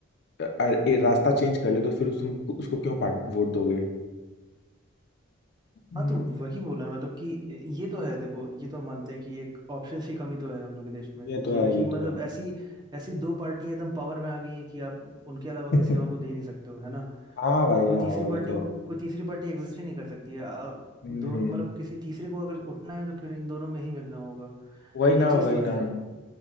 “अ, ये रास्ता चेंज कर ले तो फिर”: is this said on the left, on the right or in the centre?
Left